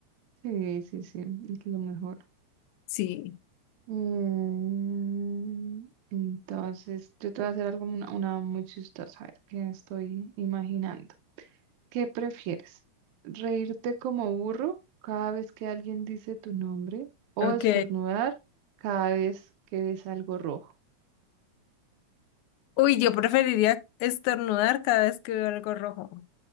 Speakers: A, on the right; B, on the left.
A: Sí, sí, sí, es lo mejor.
B: Sí,
A: Mm, Entonces, yo te voy a hacer algo, una, una muy chistosa, a ver, que estoy imaginando. ¿Qué prefieres? ¿Reírte como burro cada vez que alguien dice tu nombre o
B: ok.
A: estornudar cada vez que ves algo rojo?
B: Uy, yo preferiría estornudar cada vez que veo algo rojo,